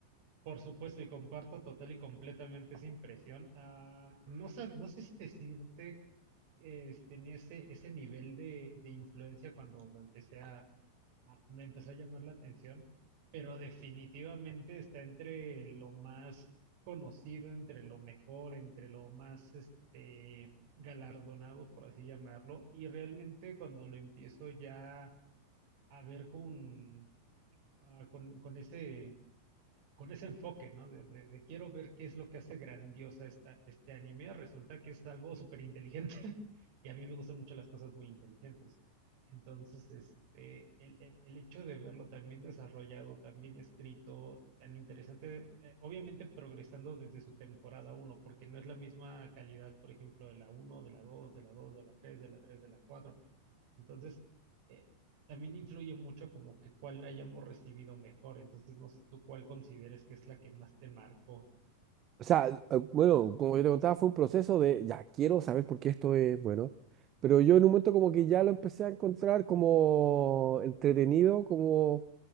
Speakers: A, on the right (about 50°); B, on the right (about 30°).
A: Por supuesto, y comparto total y completamente esa impresión. Ah, no sab- no sé si decirte eh, si tenía ese, ese nivel de, de influencia cuando lo empecé a, a- me empezó a llamar la atención, pero definitivamente está entre lo más conocido, entre lo mejor, entre lo más este galardonado, por así llamarlo, y realmente cuando lo empiezo ya a ver con, ah, con, con ese con ese enfoque, ¿no? De, de- de quiero ver qué es lo que hace grandiosa esta, este anime. Resulta que es algo súper inteligente <laughs> y a mí me gustan mucho las cosas muy inteligentes. Entonces, este, el, el- el hecho de verlo tan bien desarrollado, tan bien escrito, tan interesante, eh, obviamente progresando desde su temporada uno, porque no es la misma calidad, por ejemplo, de la uno, de la dos, de la dos, de la tres, de la tres, de la 4. Entonces, eh, también influye mucho como que cuál la hayamos recibido mejor. Entonces, no sé tú cuál consideres que es la que más te marcó.
B: O sea, eh, bueno, como yo te contaba, fue un proceso de, ya, quiero saber por qué esto es bueno, pero yo en un momento como que ya lo empecé a encontrar como entretenido, como,